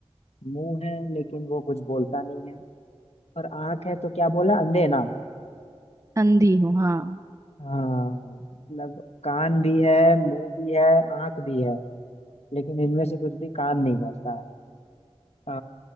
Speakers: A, on the left; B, on the right.
A: मुंह है लेकिन वो कुछ बोलता नहीं है और आंख है तो क्या बोला अंधे ना
B: अंधी हूँ हाँ
A: हाँ मतलब कान भी है मुंह भी है आंख भी है लेकिन इनमें से कुछ भी काम नहीं करता है आ,